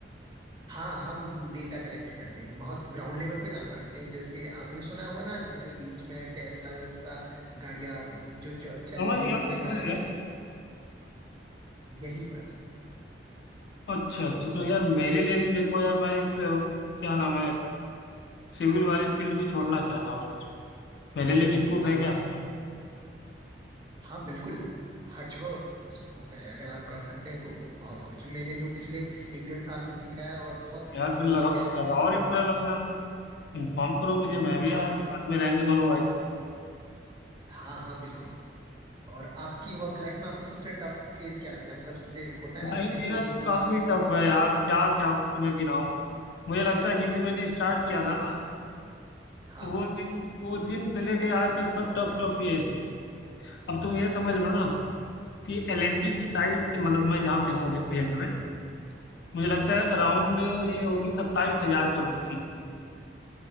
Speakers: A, on the right (about 25°); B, on the left (about 65°).
A: हाँ हम डेटा कलेक्ट करते हैं बहुत ग्राउंड लेवल पे काम करते हैं जैसे आपने सुना हुआ ना जैसे बीच में टेस्ला वेस्ला गाड़ियाँ जो च- चली
B: समझ
A: थी
B: गया
A: जिनमें
B: मैं समझ
A: ड्राइवर
B: गया
A: की यही बस
B: अच्छा अच्छा तो यार मेरे लिए भी देखो यार मैं इस अ, क्या नाम है सिविल वाली फील्ड भी छोड़ना चाहता हूँ यार मेरे लिए भी स्कोप है क्या
A: हाँ बिल्कुल हर जगह स्कोप है अगर आप कर सकते हैं तो बहुत कुछ मैंने जो पिछले एक डेढ़ साल में सीखा है और बहुत
B: यार
A: इम्प्रूव
B: फिर लगा
A: किया है खुद
B: लगाओ रेफरल अपना इन्फॉर्म करो मुझे मैं भी
A: था
B: आया हूँ साथ में रहेंगे दोनों भाई
A: हाँ हाँ बिल्कुल और आपकी वर्क लाइफ में आपको सबसे टफ फेज क्या लगता है मतलब सबसे होता है
B: भाई
A: ना कि मेरे
B: मेरा
A: को ये
B: तो
A: चीज
B: काम
A: टफ
B: ही
A: लगती
B: टफ है
A: है
B: यार क्या क्या तुम्हें गिनाऊं मुझे लगता है जिस दिन मैंने स्टार्ट किया था ना
A: हाँ
B: वो दिन वो दिन से लेके आज तक सब टफ टफ ही है इसमें अब तुम ये समझ लो ना कि एलएनटी की साइड से मतलब मैं जहाँ पे हूँ अभी प्रेजेंट में मुझे लगता है अराउंड ये होगी सत्ताईस हजार करोड़ की